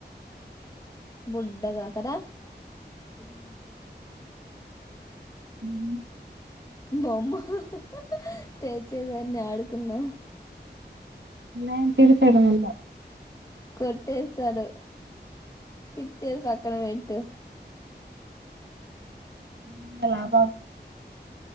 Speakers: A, on the left; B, on the right.
A: బుడ్డగా కదా ఉమ్
B: ఉమ్
A: బొమ్మ ఆ హా తేచ్చేయిదన్నీ ఆడుకుందాం
B: ఆయన తిడతాడు మళ్ళా
A: కొట్టే సారు తిట్టేది పక్కన పెట్టు
B: హ్మ్ లాభా